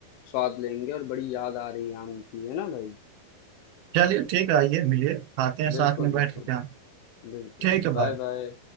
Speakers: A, on the left; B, on the right.
A: स्वाद लेंगे और बड़ी याद आ रही है आम की है ना भाई
B: चलिए ठीक है आइए मिलिए खाते हैं
A: बिल्कुल
B: साथ में बैठ
A: बिल्कुल
B: के क्या
A: बिल्कुल
B: ठीक है
A: बाय
B: बाय
A: बाय